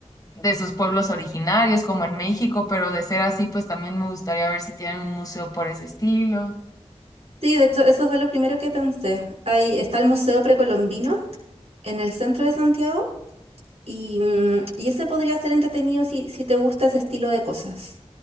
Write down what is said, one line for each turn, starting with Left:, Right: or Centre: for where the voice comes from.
Left: de sus pueblos originarios, como en México, pero de ser así, pues también me gustaría ver si tienen un museo por ese estilo.
Right: Sí, de hecho, eso fue lo primero que pensé. Ahí está el Museo Precolombino en el centro de Santiago y, mm, y ese podría ser entretenido si, si te gusta ese estilo de cosas.